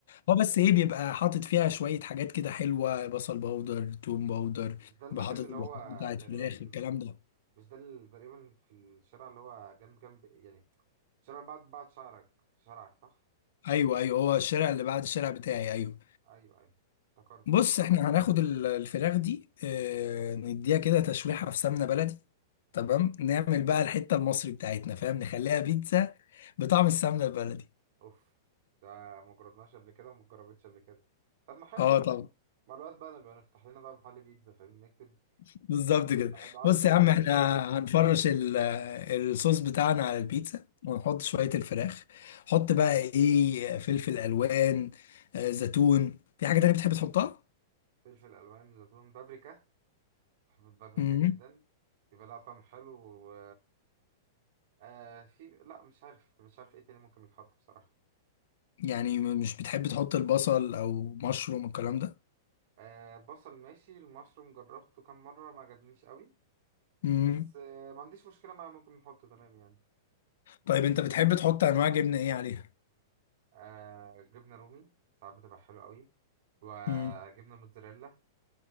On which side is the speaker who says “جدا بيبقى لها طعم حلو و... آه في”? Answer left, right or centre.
Right